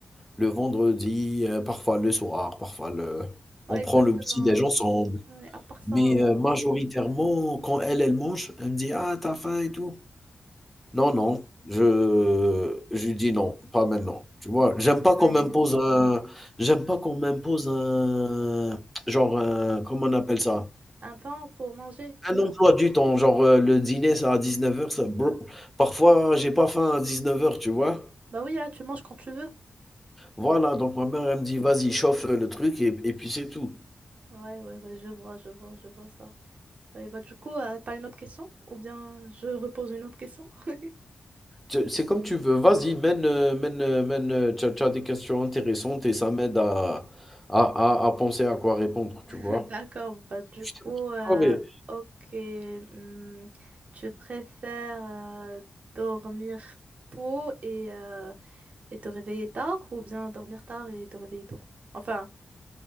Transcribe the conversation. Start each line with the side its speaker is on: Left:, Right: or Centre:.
Centre: le vendredi, heu, parfois le soir, parfois le
Right: Ouais,
Centre: on prend
Right: exactement.
Centre: le petit-déj ensemble.
Right: Ouais, à part ça,
Centre: Mais heu, majoritairement,
Right: euh, non.
Centre: quand elle, elle mange, elle me dit: «Ah, t'as faim et tout?» Non, non, je je lui dis: «Non, pas maintenant», tu vois? J'aime pas qu'on
Right: Ouais.
Centre: m'impose un j'aime pas qu'on m'impose un genre un comment on appelle ça?
Right: un temps pour manger.
Centre: Un emploi du temps, genre, heu, le dîner c'est à dix-neuf heures, ça blo parfois hein, j'ai pas faim à dix-neuf heures, tu vois?
Right: Bah oui, hein, tu manges quand tu veux.
Centre: Voilà, donc ma mère elle me dit: «Vas-y chauffe, heu, le truc et et puis c'est tout».
Right: Ouais, ouais, ouais, je vois, je vois, je vois ça. Ouais, bah du coup, euh, t'as une autre question? Ou bien je repose une autre question? <laughs>
Centre: C'est c'est comme tu veux, vas-y mène, heu, mène, heu, mène, heu, tu as des questions intéressantes et ça m'aide à à à à penser à quoi répondre, tu vois?
Right: D'accord, bah du
Centre: Je
Right: coup,
Centre: te
Right: euh,
Centre: promets.
Right: ok, hum, tu préfères euh, dormir tôt et, euh, et te réveiller tard ou bien dormir tard et te réveiller tôt? Enfin,